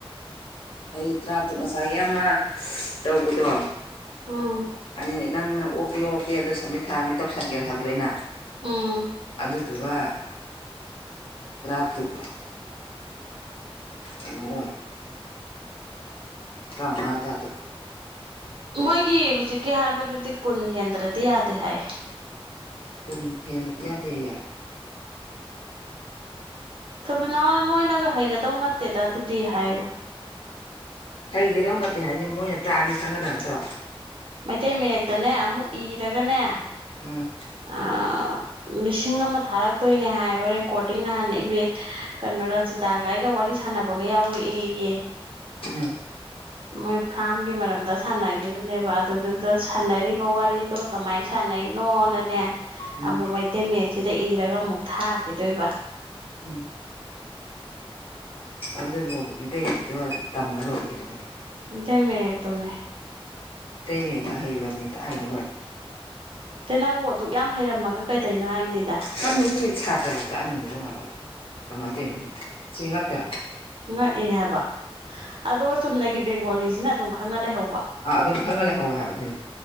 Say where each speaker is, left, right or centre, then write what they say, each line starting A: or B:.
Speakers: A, on the left (about 65°); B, on the right (about 60°).
A: ꯑꯩ ꯇꯔꯥꯇꯨꯛ ꯉꯁꯥꯏꯒꯤ ꯑꯃ ꯇꯧꯕꯗꯣ
B: ꯎꯝ
A: ꯑ ꯅꯪꯅ ꯑꯣꯛꯇꯤ ꯑꯣꯛꯇꯦ ꯑꯗꯨ ꯁꯃꯤꯠ ꯊꯥꯔꯝꯃꯦ ꯇꯧꯁꯟꯒꯦꯔꯦ ꯍꯥꯏꯕꯗꯣ ꯑꯩꯅ
B: ꯎꯝ
A: ꯑꯗꯨꯗꯗꯨ ꯋ ꯇꯔꯥꯇꯔꯨꯛ ꯀꯩꯅꯣ ꯑꯣꯏ ꯇꯔ꯭ꯥꯎꯉ ꯇꯇꯨꯛ
B: ꯃꯣꯏꯒꯤ ꯍꯧꯖꯤꯛꯀꯤ ꯍꯥꯏꯕꯗꯨꯗꯤ ꯀꯨꯟ ꯍꯦꯟꯗ꯭ꯔꯗꯤ ꯌꯥꯗꯦ ꯍꯥꯏ
A: ꯀꯨꯟ ꯍꯦꯟꯗꯗꯤ ꯌꯥꯗꯦꯌꯦ
B: ꯊꯕꯤꯅꯥꯎꯅ ꯅꯣꯏꯅꯒ ꯍꯩꯒꯗꯧ ꯅꯠꯇꯦꯗ ꯑꯗꯨꯗꯤ ꯍꯥꯏꯕꯣ
A: ꯍꯩꯒꯗꯧ ꯅꯠꯇꯦ ꯍꯥꯏꯁꯦ ꯃꯣꯏꯅ ꯇꯥꯑꯗꯤ ꯈꯪꯒꯗꯕ ꯅꯠꯇ꯭ꯔꯣ
B: ꯃꯩꯇꯩ ꯃꯌꯦꯛꯇꯅꯦ ꯑꯃꯨꯛ ꯏꯔꯒꯅꯦ
A: ꯎꯝ
B: ꯑ ꯂꯤꯁꯤꯡ ꯑꯃ ꯊꯥꯔꯛꯇꯣꯏꯅꯦ ꯍꯥꯏꯕ ꯔꯦꯀꯣꯔꯗꯤꯡ ꯅꯍꯥꯟꯅ ꯏꯕ ꯀꯩꯅꯣ ꯔꯖꯤꯇꯥꯒꯥꯏꯒ ꯋꯥꯔꯤ ꯁꯥꯟꯅꯕꯒ ꯌꯥꯎꯔꯛꯑꯦꯌꯦ
A: ꯎꯝ
B: ꯃꯣꯏ ꯐꯥꯝꯒꯤ ꯃꯔꯝꯗ ꯁꯥꯟꯅꯈꯤꯕꯅꯦꯕ ꯑꯗꯨꯗꯨꯗ ꯁꯥꯟꯅꯔꯤꯕ ꯋꯥꯔꯤꯗꯣ ꯀꯃꯥꯏ ꯁ ꯍꯥꯟꯅꯩꯅꯣꯅꯅꯦ
A: ꯎꯝ
B: ꯑꯃꯨꯛ ꯃꯩꯇꯩ ꯃꯌꯦꯛꯁꯤꯗ ꯏꯔꯒ ꯑꯃꯨꯛ ꯊꯥꯈꯤꯗꯣꯏꯕ
A: ꯎꯝ ꯑꯗꯨꯕꯨ ꯃꯩꯇꯩ ꯍꯦꯛꯇꯣ ꯇꯝꯃ ꯂꯣꯏꯒꯗꯗ <inaudible>
B: ꯃꯇꯩ ꯃꯛꯇꯣꯅꯦ
A: ꯇꯩꯌꯦꯛ ꯑꯍꯩꯕ ꯃꯤ ꯇꯥꯛꯍꯜꯂ
B: ꯇ ꯅꯪꯕꯨ ꯑꯗꯨꯛ ꯌꯥꯝ ꯍꯩꯔꯝꯃꯒ ꯀꯩꯗꯩꯅꯣ ꯍꯥꯏꯕꯅꯤꯗ
A: ꯈꯪꯉꯁꯤ ꯁꯥꯇ꯭ꯔꯐꯧ ꯇ ꯑꯃꯅꯤꯅꯦꯕ ꯉꯥꯜꯂꯣ ꯑꯩ ꯀꯃꯥꯏꯅ ꯇꯧꯔꯤꯅꯣ ꯁꯤ ꯉꯛꯇꯔꯥ
B: ꯉꯛꯑꯦ ꯍꯥꯏꯕ ꯑꯗꯨꯒ ꯆꯨꯝꯅꯒꯤ ꯕꯦꯡꯒꯣꯂꯤꯁꯤꯅ ꯑꯗꯨꯝ ꯈꯪꯉ ꯂꯩꯍꯧꯕ
A: ꯑ ꯑꯗꯨꯝ ꯈꯪꯉ ꯂꯩꯍꯧꯋꯦ ꯍꯥꯏ ꯁꯤꯅ